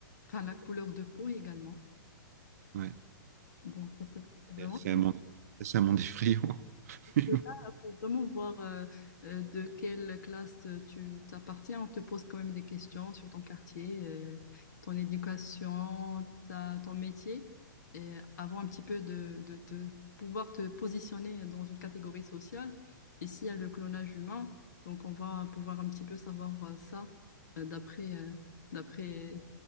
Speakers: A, on the left (about 55°); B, on the right (about 50°).
A: enfin la couleur de peau également.
B: Ouais.
A: Bon, ça peut partir vraiment.
B: C'est c'est un monde, c'est un monde effrayant. <laughs>
A: Là, pour vraiment voir euh, euh, de quelle classe euh, tu t'appartiens, on te pose quand même des questions sur ton quartier, euh, ton éducation, ta, ton métier, et avant un petit peu de, de te pouvoir te positionner dans une catégorie sociale. Et s'il y a le clonage humain, donc on va pouvoir un petit peu savoir euh, ça euh, d'après euh, d'après